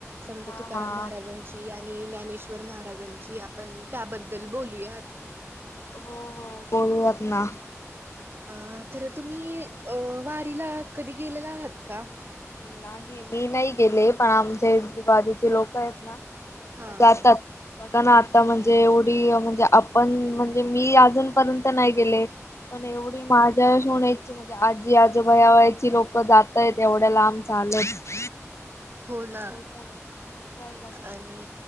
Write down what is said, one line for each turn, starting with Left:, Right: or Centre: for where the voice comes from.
Right: संत
Left: हा
Right: तुकाराम
Left: हा
Right: महाराजांची आणि ज्ञानेश्वर महाराजांची आपण त्याबद्दल बोलूयात
Left: हो हो जाउया त ना
Right: अ तर तुम्ही अ वारीला कधी गेलेला आहात का
Left: नाही मी नाही गेले पण आमच्या ह बाजूचे लोक आहेत ना
Right: हा
Left: जातात
Right: हा
Left: बघा ना आता म्हणजे एवढी म्हणजे आपण म्हणजे मी अजूनपर्यंत नाही गेले पण एवढी माझ्या श होणायची म्हणजे आजी आजोबाया वची लोकं जातायेत एवढ्या लांब चालत.
Right: हो
Left: म्हणजे
Right: ना
Left: कसं आहे बघा ना.
Right: आणि